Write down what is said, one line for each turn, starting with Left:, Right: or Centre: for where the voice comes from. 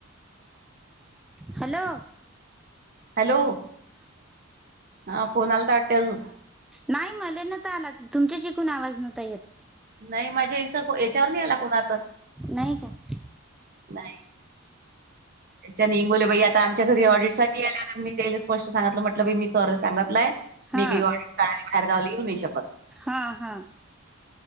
Centre: हालो.
Right: हॅलो, हा फोन आला वाटतंय अजून.
Centre: नाही मले नता आला तुमच्या जिकून आवाज नव्हता येत.
Right: नाही माझ्यास याच्यावर नाही आला कोणाचाच.
Centre: नाही काय.
Right: नाही. त्याच्या हिंगोले बाई आता आमच्या घरी ऑडिटसाठी आल्यानं मी त्याले स्पष्ट सांगितलं. म्हटलं मी बाई सर सांगतलंय
Centre: हा
Right: मी काय ऑडिट <unintelligible> बाहेर गावला येऊ नाय शकतं.
Centre: हा हा.